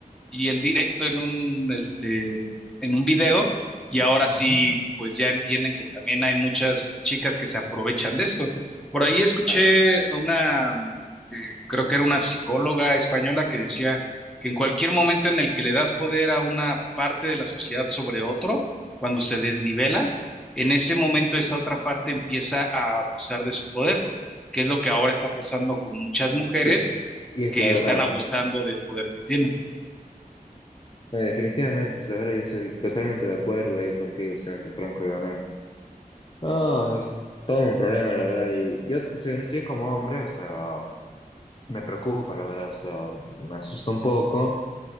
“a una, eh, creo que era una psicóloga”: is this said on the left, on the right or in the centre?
Centre